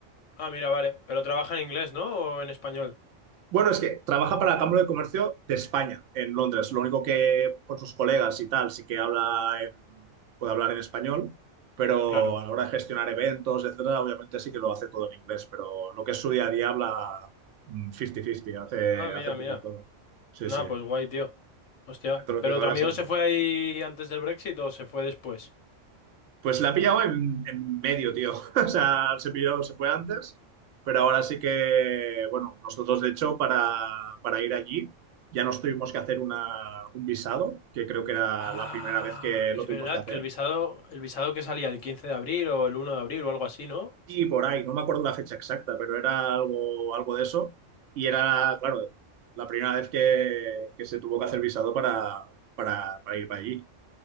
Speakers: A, on the left; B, on the right.
A: Ah, mira, vale. Pero trabaja en inglés, ¿no? ¿O en español?
B: Bueno, es que trabaja para la Cámara de Comercio de España, en Londres. Lo único que con sus colegas y tal, sí que habla en- puede hablar en español, pero
A: Claro.
B: a la hora de gestionar eventos, etcétera, obviamente sí que lo hace todo en inglés, pero lo que es su día a día habla mm, 50-50, hace,
A: Ah, mira,
B: hace poco
A: mira.
B: todo. Sí,
A: Nada,
B: sí,
A: pues guay, tío. Hostia.
B: todo lo
A: ¿Pero
B: que habla
A: tu amigo
B: sale
A: se
B: bien.
A: fue ahí antes del Brexit o se fue después?
B: Pues la ha pillado en, en medio, tío. <laughs> O sea, se pilló, se fue antes, pero ahora sí que, bueno, nosotros de hecho para, para ir allí ya nos tuvimos que hacer una, un visado, que creo que era
A: Ah,
B: la primera vez que
A: es
B: lo tuvimos
A: verdad
B: que hacer.
A: que el visado, el visado que salía el 15 de abril o el uno de abril o algo así, ¿no?
B: Y por ahí, no me acuerdo la fecha exacta, pero era algo, algo de eso. Y era, claro, la primera vez que, que se tuvo que hacer visado para, para, para ir para allí.